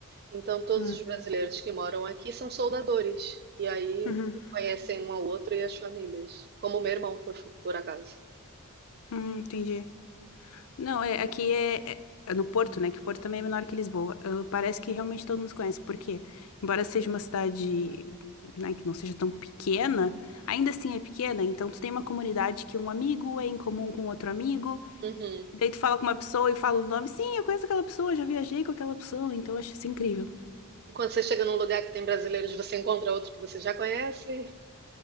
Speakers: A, on the right (about 45°); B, on the left (about 70°).
A: Então todos
B: uhum,
A: os brasileiros que moram aqui são soldadores. E aí
B: uhum,
A: conhecem um ao outro e as famílias. Como o meu irmão, por por acaso.
B: uhum, entendi. Não, é, aqui é, é- é no Porto, né? Que o Porto também é menor que Lisboa. Ah, parece que realmente todo mundo se conhece, porque, embora seja uma cidade, né, que não seja tão pequena, ainda assim é pequena, então tu tem uma comunidade que um amigo é em comum com outro amigo.
A: Uhum.
B: Daí tu fala com uma pessoa e fala o nome. Sim, eu conheço aquela pessoa, já viajei com aquela pessoa, então eu acho isso incrível.
A: Quando você chega num lugar que tem brasileiros, você encontra outro que você já conhece.